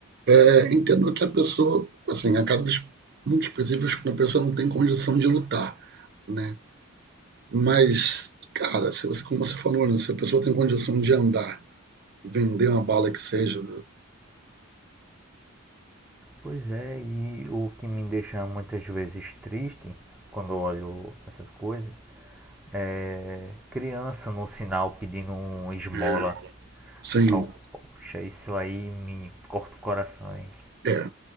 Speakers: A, on the right; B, in the centre.
A: É, entendo que a pessoa, assim, acaba casos muito específicos quando a pessoa não tem condição de lutar, né? Mas, cara, se você, como você falou, né? Se a pessoa tem condição de andar, vender uma bala que seja,
B: Pois é, e o que me deixa muitas vezes triste quando eu olho essas coisas é, criança no sinal pedindo um esmola.
A: é, sem.
B: Ao, poxa, isso aí me corta o coração. Hein?
A: É,